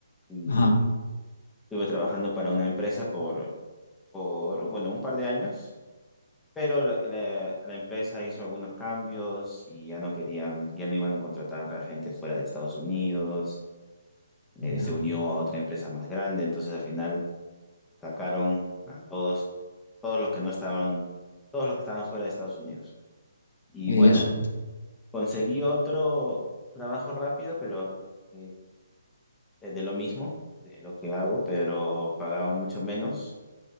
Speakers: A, in the centre; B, on the left.
A: y
B: Ajá.
A: estuve trabajando para una empresa por, por, bueno, un par de años Pero la, la- la empresa hizo algunos cambios y ya no querían, ya no iban a contratar a gente fuera de Estados Unidos. eh,
B: ya,
A: se unió a otra empresa más grande, entonces al final sacaron a todos, todos los que no estaban, todos los que estaban fuera de Estados Unidos. Y
B: Eso.
A: bueno, conseguí otro trabajo rápido, pero eh, de de lo mismo, de lo que hago, pero pagaba mucho menos.